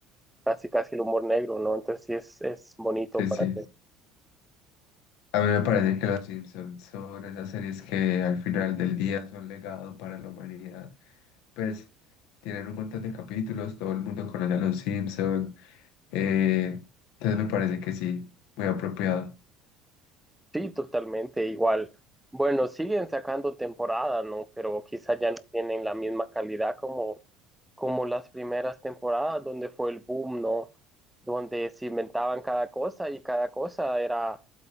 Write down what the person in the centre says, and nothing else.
casi, casi el humor negro, ¿no? Entonces sí es, es bonito
para
mí.
Sí, totalmente igual. Bueno, siguen sacando temporada, ¿no? Pero quizás ya no tienen la misma calidad como, como las primeras temporadas, donde fue el boom, ¿no? Donde se inventaban cada cosa y cada cosa era,